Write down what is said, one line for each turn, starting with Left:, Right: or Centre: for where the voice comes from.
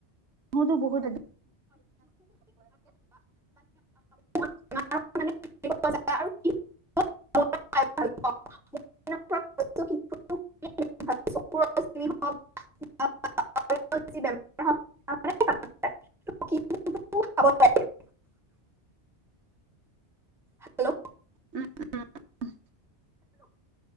Right: মোৰতো বহুত।
Centre: মানে
Right: <inaudible>
Centre: আৰু। ভালুৰম <unintelligible> হেল্ল'।
Right: উম উম।